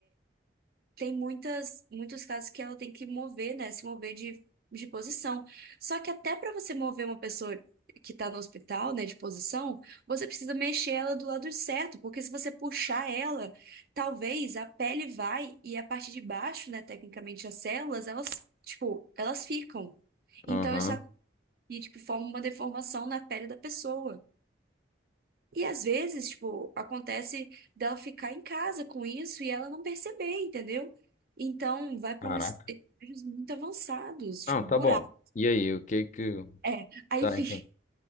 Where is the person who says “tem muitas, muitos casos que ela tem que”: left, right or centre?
Right